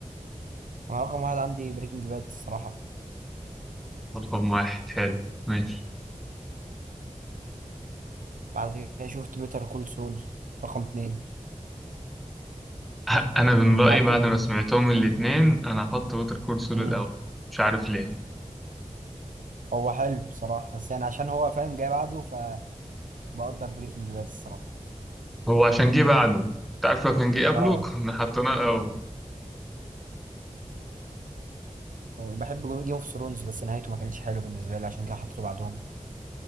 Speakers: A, on the right; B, in the centre.
A: انا رقم واحد عندي بريكنج باد الصراحة
B: رقم واحد حلو ماشي
A: بعد كده شفت بيتر كول سول رقم اتنين
B: ه- انا من رايي
A: عارفه
B: بعد ما سمعتهم الاتنين انا هحط بيتر كول سول
A: امم
B: الاول مش عارف ليه
A: هو حلو بصراحة بس يعني عشان هو فاهم جاي بعده فبقدر بريكنج باد الصراحة
B: هو عشان جه بعده تعرف لو كان جه قبله
A: اه
B: كنا حطيناه الاول
A: وبحب جيم اوف ثرونز بس نهايته ما كانتش حلوه بالنسبة لي عشان كده حطيته بعدهم